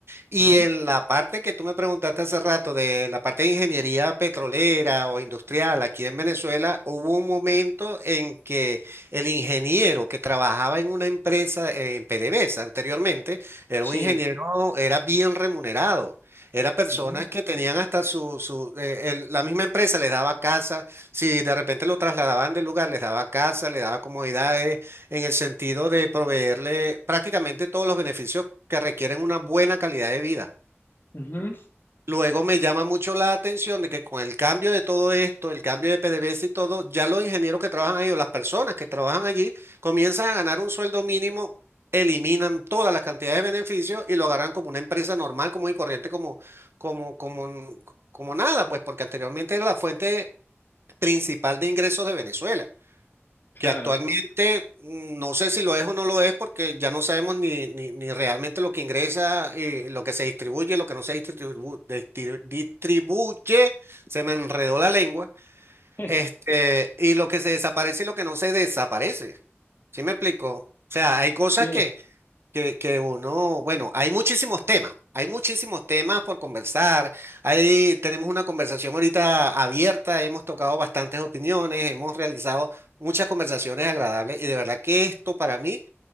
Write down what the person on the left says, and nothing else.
Ujú.
Sí.
Ujú.
Ujú.
Claro.
<laughs>
Sí.